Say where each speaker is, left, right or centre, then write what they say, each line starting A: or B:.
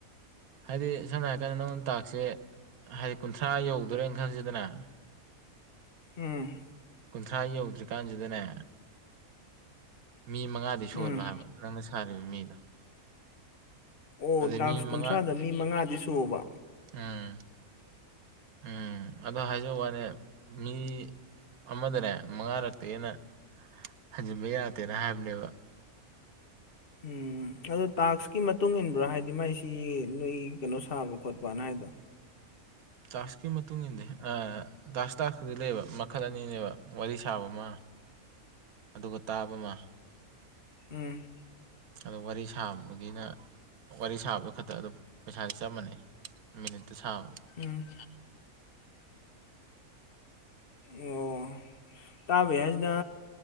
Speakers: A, on the right; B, on the left.
A: ꯍꯥꯏꯗꯤ ꯁꯝꯅ ꯍꯥꯏꯔꯀꯥꯟꯗ ꯅꯉꯣꯟꯗ ꯇꯥꯛꯁꯦ ꯍꯥꯏꯗꯤ ꯀꯨꯟꯊ꯭ꯔꯥ ꯌꯧꯗꯣꯔꯦꯅ ꯈꯜꯂꯁꯤꯗꯅ
B: ꯎꯝ
A: ꯀꯨꯟꯊ꯭ꯔꯥ ꯌꯧꯗ꯭ꯔꯤꯀꯥꯟꯁꯤꯗꯅꯦ ꯃꯤ ꯃꯉꯥꯗꯤ ꯁꯨꯍꯜꯂꯣ
B: ꯎꯝ
A: ꯍꯥꯏꯕ ꯅꯪꯅ ꯁꯥꯔꯤꯕ ꯃꯤꯗꯣ
B: ꯑꯣ
A: ꯑꯗꯩ
B: ꯇꯥꯛꯁ
A: ꯃꯤ
B: ꯀꯨꯟꯊ꯭ꯔꯥꯗ
A: ꯃꯉꯥ
B: ꯃꯤ ꯃꯉꯥꯗꯤ ꯁꯨꯑꯣꯕ
A: ꯎꯝ ꯎꯝ ꯑꯗ ꯍꯥꯏꯖꯋꯥꯅꯦ ꯃꯤ ꯑꯃꯗꯅꯦ ꯃꯉꯥꯔꯛꯇꯩ ꯍꯦꯟꯅ ꯍꯟꯖꯤꯟꯕ ꯌꯥꯗꯦꯅ ꯍꯥꯏꯕꯅꯦꯕ꯫
B: ꯎꯝ ꯑꯗꯣ ꯇꯥꯛꯁꯀꯤ ꯃꯇꯨꯡ ꯏꯟꯕ꯭ꯔ ꯍꯥꯏꯗꯤ ꯃꯥꯏꯁꯤꯒꯤ ꯅꯣꯏꯒꯤ ꯀꯩꯅꯣ ꯁꯥꯕ ꯈꯣꯠꯄꯅ ꯍꯥꯏꯗꯣ?
A: ꯇꯥꯛꯁꯀꯤ ꯃꯇꯨꯡ ꯏꯟꯗꯦ ꯑ ꯇꯥꯛꯁ ꯇꯥꯛꯁꯄꯨꯗꯤ ꯂꯩꯌꯦꯕ ꯃꯈꯜ ꯑꯅꯤꯅꯦꯕ ꯋꯥꯔꯤ ꯁꯥꯕ ꯃ ꯑꯗꯨꯒ ꯇꯥꯕ ꯃ
B: ꯎꯝ
A: ꯑꯗꯨ ꯋꯥꯔꯤ ꯁꯥꯕꯒꯤꯅ ꯋꯥꯔꯤ ꯁꯥꯕꯗꯣ ꯈꯇ ꯑꯗꯨꯝ ꯄꯩꯁꯥꯗꯤ ꯆꯞ ꯃꯥꯟꯅꯩ꯫ ꯃꯤꯅꯠꯇ ꯁꯥꯕ
B: ꯎꯝ ꯑꯣ ꯇꯥꯕꯩ ꯍꯥꯏꯖꯤꯅ